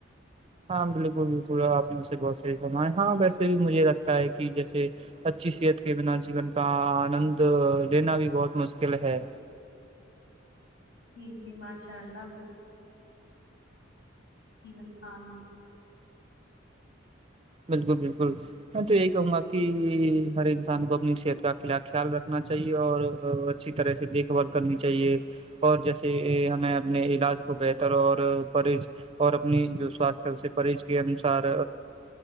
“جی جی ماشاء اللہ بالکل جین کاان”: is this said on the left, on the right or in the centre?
Left